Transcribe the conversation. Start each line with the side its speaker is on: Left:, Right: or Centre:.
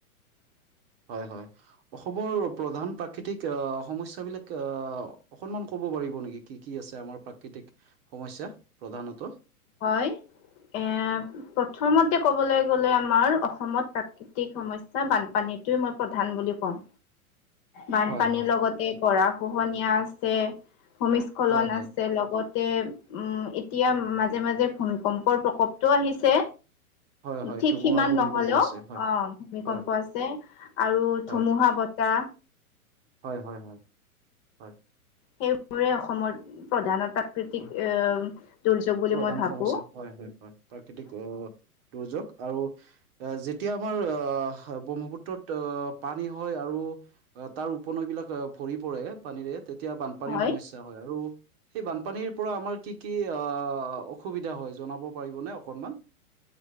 Left: <inaudible>
Right: হয়, হয় অসমৰ প্ৰধান প্ৰাকৃতিক আহ সমস্যাবিলাক আহ অকনমান ক'ব কৰিব নেকি কি কি আছে, আমাৰ প্ৰাকৃতিক সমস্যা প্ৰধানত।
Left: হয় এ প্ৰথমতে ক'বলৈ গ'লে আমাৰ অসমত প্ৰাকৃতিক সমস্যা বানপানীটোৱে মই প্ৰধান বুলি কম। বানপানীৰ
Right: হয় হয়
Left: লগতে গৰাখহনীয়া আছে। ভূমিস্খলন
Right: হয় হয়
Left: আছে লগতে উম এতিয়া মা। মাজে মাজে ভূমিকম্পৰ প্ৰকোপটো আহিছে।
Right: হয়। হয়
Left: ঠিক
Right: ধুমুহা
Left: সিমান
Right: ভূমিকম্প
Left: নহ'লেও
Right: আছে হয়
Left: অ' ভূমিকম্প
Right: হয়
Left: যে আৰু
Right: হয়,
Left: ধুমুহা বতাহ।
Right: হয়, হয়, হয়, হয়।
Left: সেইবোৰে অসমৰ প্ৰধানত প্ৰাকৃতিক এ দুৰ্যোগ বুলি
Right: প্ৰধান
Left: মই ভাবো
Right: সমস্যা হয়, হয়, হয় প্ৰাকৃতিক দুৰ্যোগ আৰু যেতিয়া, আমাৰ আহ ব্ৰহ্মপুত্ৰত পানী হয় আৰু তাৰ উপনৈবিলাক বিলাক ভৰি পৰে পানীৰে তেতিয়া বানপানীৰ
Left: হয়
Right: সমস্যা হয় আৰু সেই বানপানীৰ পৰা আমাৰ কি কি অহ' অহ' অসুবিধা হয় জনাব পাৰিবনে অকণমান।